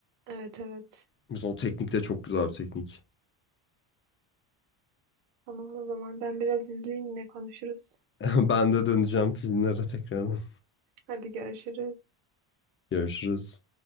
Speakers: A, on the right (about 85°); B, on the left (about 25°).
A: Evet evet.
B: Mesela o teknik de çok güzel bir teknik.
A: Tamam o zaman ben biraz izleyeyim yine konuşuruz.
B: <laughs> Ben de döneceğim filmlere tekrardan.
A: Hadi görüşürüz.
B: Görüşürüz.